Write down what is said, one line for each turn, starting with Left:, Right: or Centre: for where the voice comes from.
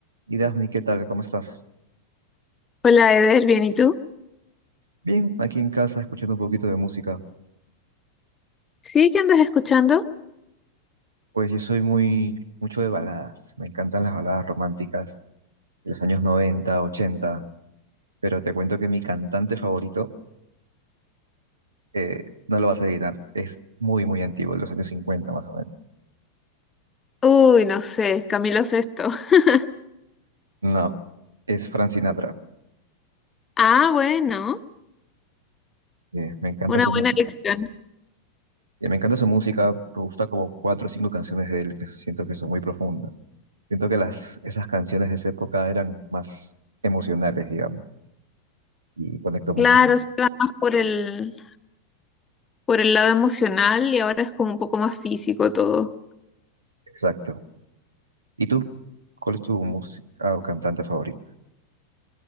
Right: Y Daphne, ¿qué tal? ¿Cómo estás?
Left: Hola Eder, ¿bien y tú?
Right: Bien, aquí en casa escuchando un poquito de música.
Left: ¿Sí? ¿Qué andas escuchando?
Right: Pues yo soy muy, mucho de baladas. Me encantan las baladas románticas de los años 90, 80. Pero te cuento que mi cantante favorito, eh, no lo vas a adivinar, es muy, muy antiguo, de los años 50 más o menos.
Left: Uy, no sé, Camilo Sesto. <laughs>
Right: No, es Frank Sinatra.
Left: Ah, bueno,
Right: Eh, me encanta
Left: una
Right: su música.
Left: buena elección.
Right: Eh, me encanta su música, me gusta como cuatro o cinco canciones de él que siento que son muy profundas. Siento que las, esas canciones de esa época eran más emocionales, digamos. y conecto mucho
Left: Claro,
Right: con...
Left: se va más por el, por el lado emocional y ahora es como un poco más físico todo.
Right: Exacto. ¿Y tú? ¿Cuál es tu música o cantante favorito?